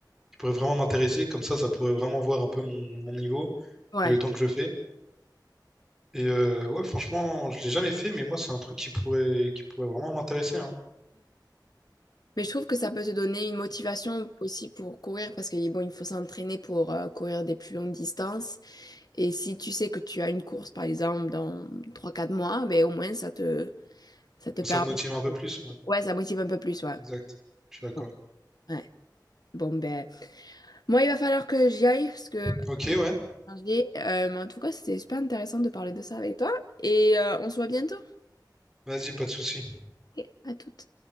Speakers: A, in the centre; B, on the left (about 60°).
A: qui pourrait vraiment m'intéresser. Comme ça, ça pourrait vraiment voir un peu mon, mon niveau
B: Ouais.
A: et le temps que je fais. Et euh, ouais, franchement, je l'ai jamais fait, mais moi, c'est un truc qui pourrait, qui pourrait vraiment m'intéresser. hein.
B: Mais je trouve que ça peut te donner une motivation aussi pour courir parce que bon, il faut s'entraîner pour euh, courir des plus longues distances. Et si tu sais que tu as une course, par exemple, dans trois quatre mois, ben, au moins ça te, ça te permet.
A: Ça me motive un peu plus. ouais.
B: Ouais, ça motive un peu plus, ouais.
A: exact. Je suis d'accord.
B: Ouais. Ouais. Bon, ben, moi, il va falloir que j'y aille parce que
A: Ok, ouais.
B: je dis, euh, mais en tout cas, c'était super intéressant de parler de ça avec toi. Et euh, on se voit bientôt.
A: Vas-y, pas de souci.
B: Ok. À tout.